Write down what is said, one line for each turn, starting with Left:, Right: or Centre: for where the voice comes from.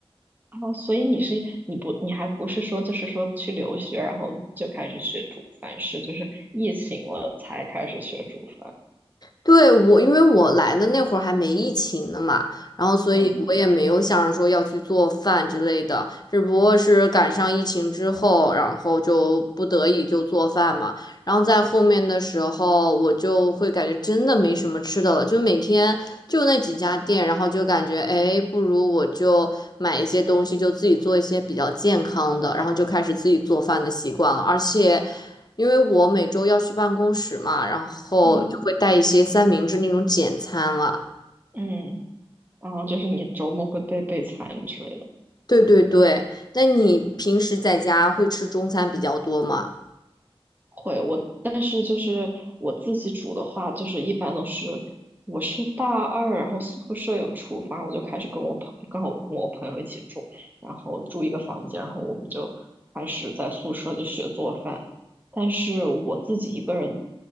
Right: 哦，所以你是你不你还不是说就是说去留学，然后就开始学煮饭，是就是疫情了才开始学煮饭。
Left: 对，我，因为我来的那会儿还没疫情呢嘛，然后所以我也没有想着说要去做饭之类的，
Right: 嗯
Left: 只不过是赶上疫情之后，然后就不得已就做饭嘛。然后在后面的时候，我就会感觉真的没什么吃的了，就每天就那几家店，然后就感觉，哎，不如我就买一些东西，就自己做一些比较健康的，然后就开始自己做饭的习惯了，而且。因为我每周要去办公室嘛，然后就会带一些三明治那种简餐了。
Right: 嗯。嗯，哦，就是你周末会备备餐之类的。
Left: 对对对，那你平时在家会吃中餐比较多吗？
Right: 会，我但是就是我自己煮的话，就是一般都是我是大二，然后宿舍有厨房，我就开始跟我朋，刚好我跟我朋友一起住，然后住一个房间，然后我们就开始在宿舍就学做饭。但是我自己一个人